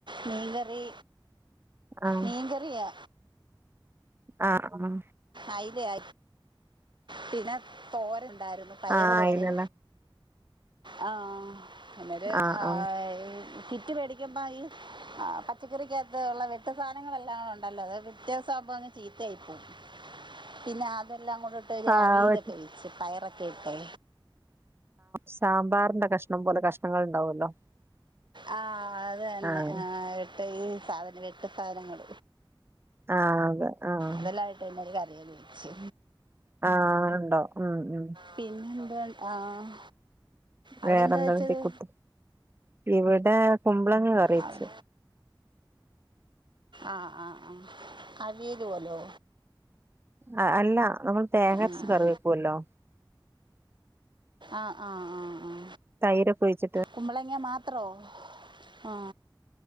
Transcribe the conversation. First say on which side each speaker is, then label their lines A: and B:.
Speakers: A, on the right; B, on the right.
A: മീൻകറി
B: ആഹ്
A: മീൻകറിയാ
B: ആഹ് ആഹ്
A: അയിലയാ പിന്നെ തോരനുണ്ടായിരുന്നു പയറു
B: ആഹ്
A: തോരൻ
B: ഇല്ലല്ലേ
A: ആ പിന്നൊരു
B: ആഹ്
A: ആ
B: ആഹ്
A: കിറ്റ് മേട ഈ പച്ചക്കറിക്കാത്ത് ഒള്ള വെട്ട് സാധനങ്ങളെല്ലാം ഉണ്ടല്ലോ അത് പിറ്റേസാമ്പ അ ചീത്തേയി പോവും പിന്നെ അതെല്ലാം ഇട്ട് ഒരു
B: ആഹ്
A: അവിയലൊക്കെ വെച്ച് പയറൊക്കെ ഇട്ടേ
B: സാമ്പാറിന്റെ കഷ്ണം പോലെ കഷ്ണങ്ങൾ ഉണ്ടാവല്ലോ
A: ആ അത് തന്നെ
B: ആഹ്
A: ആ എട്ട് ഈ സാധനം വെട്ട് സാധനങ്ങൾ
B: ആഹ് അതെ ആഹ്
A: ഇതെല്ലാം ഇട്ട് പിന്നെ ഒരു കറിയങ്ങ് വെച്ച്
B: ആ ഉണ്ടോ ഉം ഉം
A: പിന്നെ എന്താ ആഹ് അവിടെ
B: വേറെന്താ
A: എന്താ വെച്ചത്
B: കുട്ടി ഇവിടെ കുമ്പളങ്ങ കറിവെച്ചു
A: ആഹ് ആഹ് ആഹ് ആഹ് അവിയലു പോലോ
B: ആ അല്ല നമ്മള് തേങ്ങരച്ച്
A: ആഹ്
B: കറിവെക്കുവല്ലോ
A: ആഹ് ആഹ് ആഹ് ആഹ്
B: തൈരൊക്കെ ഒഴിച്ചിട്ട്
A: കുമ്പളങ്ങ മാത്രോ ആ